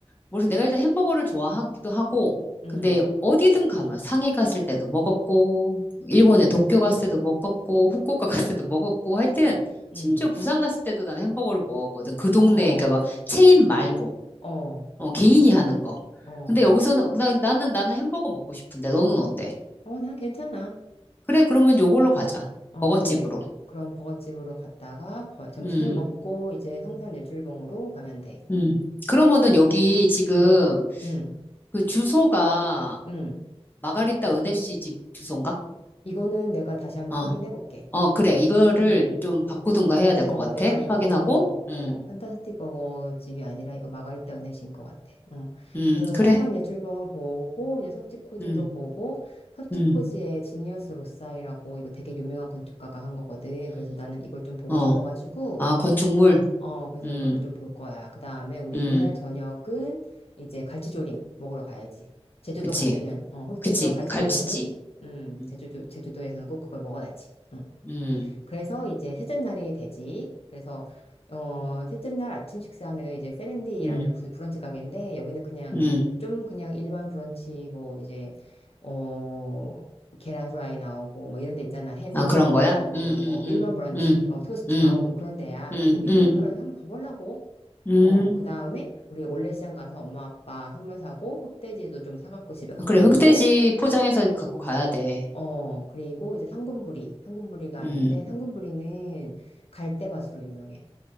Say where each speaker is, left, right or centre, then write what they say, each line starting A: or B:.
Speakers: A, on the left; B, on the left.
A: 모르겠어. 내가 일단 햄버거를 좋아하기도 하고,
B: 응,
A: 근데 어디든 가면 상해 갔을 때도 먹었고, 일본에 도쿄 갔을 때도 먹었고, 후쿠오카 갔을 때도 먹었고, 하여튼,
B: 응.
A: 심지어 부산 갔을 때도 나는 햄버거를 먹었거든. 그 동네,
B: 어,
A: 그러니까 막 체인 말고,
B: 어,
A: 어, 개인이 하는 거.
B: 어.
A: 근데 여기서는, 나, 나는, 나는 햄버거 먹고 싶은데, 너는 어때?
B: 어, 난 괜찮아.
A: 그래, 그러면 요걸로 가자.
B: 어,
A: 먹어집으로.
B: 그래. 그럼 버거집으로 갔다가 버- 점심을
A: 음,
B: 먹고 이제 성산 일출봉으로 가면 돼.
A: 음. 그러면은
B: 응,
A: 여기 지금
B: 응, 응,
A: 그 주소가
B: 응.
A: 마가리타 은혜 씨 집 주소인가?
B: 이거는 내가 다시 한번
A: 어,
B: 확인해 볼게.
A: 어, 그래. 이거를
B: 응.
A: 좀 바꾸든가 해야 될 것
B: 어,
A: 같아.
B: 내가 이거,
A: 확인하고.
B: 어,
A: 음,
B: 판타스틱 버거 집이 아니라 이거 마가리타 은혜신 것 같아. 어.
A: 음,
B: 그래서
A: 그래.
B: 성상 내출봉을 보고, 이제 섭지코지도
A: 음,
B: 보고, 섭지코지의
A: 음,
B: 지니어스 로사이라고 이거 되게 유명한 건축가가 한 거거든. 그래서 나는 이걸 좀 보고
A: 어.
B: 싶어가지고,
A: 아, 건축물.
B: 어, 그래서
A: 음,
B: 이거를 좀 볼 거야. 그 다음에 우리
A: 음.
B: 이날 저녁은 이제 갈치조림 먹으러 가야지. 제주도
A: 그치.
B: 갔으면, 어, 흑돼지와
A: 그치.
B: 갈치조림은,
A: 갈치지.
B: 음,
A: 음,
B: 제주도, 제주도에서는 꼭 그걸 먹어야지. 어.
A: 음,
B: 그래서 이제 셋째 날이 되지. 그래서 어, 셋째 날 아침 식사는 이제 세렌디라는
A: 음.
B: 브- 브런치 가게인데 여기는 그냥
A: 음.
B: 좀 그냥 일반 브런치 뭐 이제 어 계란 후라이 나오고 뭐 이런 데 있잖아. 햄
A: 아, 그런
B: 나오고
A: 거야?
B: 뭐
A: 음,
B: 이런 거
A: 음,
B: 일반
A: 음,
B: 브런치 어 토스트
A: 음,
B: 나오고 뭐 그런 데야. 근데
A: 음,
B: 뭐 유명하다고
A: 음, 음.
B: 해서 한번 가보려고.
A: 음.
B: 어, 그다음에 우리 올레시장 가서 엄마 아빠 선물 사고 흑돼지도 좀 사갖고 집에 갖고
A: 아, 그래, 흑돼지
B: 오고
A: 포장해서 갖고 가야 돼.
B: 어, 그리고 이제 상군부리, 상군부리가
A: 음.
B: 있는데 상군부리는 갈대밭으로 유명해.